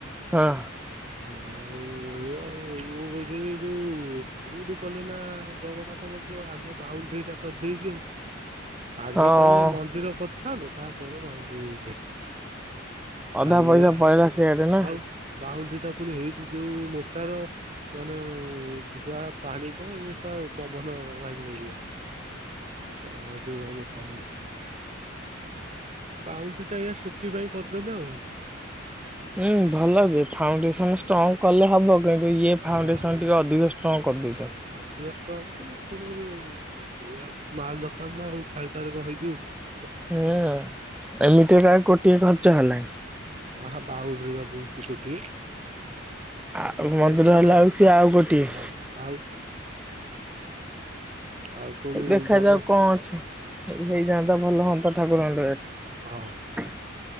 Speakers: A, in the centre; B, on the right (about 35°).
A: ହଁ
B: ହ ଆଉ ଏୟା ଆଉ ମୁଁ କହୁଥିଲି ଯଉ ଭୁ ଭୁଲ କଲେ ନା ଜଗନ୍ନାଥ ମନ୍ଦିର ଆଗେ ବାଉଣ୍ଡରୀ ଟା କରିଦେଇକି ଆଉ ଆଗେ
A: ହଁ
B: ତମେ ମନ୍ଦିର ପ ଥାନ୍ତ ତା ପରେ ବାଉଣ୍ଡରୀ ଏ
A: ଅଧା
B: ଆ ଇଏ
A: ପଇସା
B: ଆଗେ,
A: ପଳେଇଲା ସିଆଡେ ନା।
B: ଆଉ ବାଉଣ୍ଡ ତପୁଣି ହେଇଚି ଯୋଉ ମୋଟାର। ମାନେ ଯୋଆ ପାଣି କଣ ଇଏସା ପବନ ଭାଙ୍ଗିପାରିବନି। ହ ଆ ଯଉ ମୋଟା ହେଇଛି। ବାଉଣ୍ଡ୍ରୀ କାଇଁ ଆସ୍ ଥିପାଇଁ କରିଦେଲେ ଆଉ।
A: ହୁଁ ଭଲ ଯେ ଫାଉଣ୍ଡେସନ ଷ୍ଟ୍ରଙ୍ଗ କଲେ ହବ। କିନ୍ତୁ ଇଏ ଫାଉଣ୍ଡେସନ
B: ହଁ
A: ଟିକେ ଅଧିକ ଷ୍ ହଁ କରିଦେଇ
B: ଅଧିକ ଷ୍ଟ୍ରଙ୍ଗଙ୍କୁ ପୁଣି ସେଆ ମାଲ ଦରକାର ନା ଆଉ ଖାଲିଟାରେ କଣ ହେଇଯିବ କି?
A: ହୁଁ ଏମିତିରେ କାଇଁ କୋଟିଏ ଖର୍ଚ୍ଚ ହେଲା।
B: ହଁ ବାଉଣ୍ଡ୍ରି ବା ବୁଲଚି କୋଟିଏ।
A: ଆଉ
B: କୋଟିଏ
A: ମନ୍ଦିର
B: ଟଙ୍କାରେ
A: ହେଲା ହଉ ସିଏ ଆଉ କୋଟିଏ।
B: ହଁ ଆଉ ଆଉ ପୁଣି
A: ଦେଖାଯାଉ
B: ଜଗ
A: କଣ ଅଛି। ଯଦି ହେଇଯାଆନ୍ତା ଭଲ ହୁଅନ୍ତା ଠାକୁରଙ୍କ ଦୟାରୁ।
B: ହଁ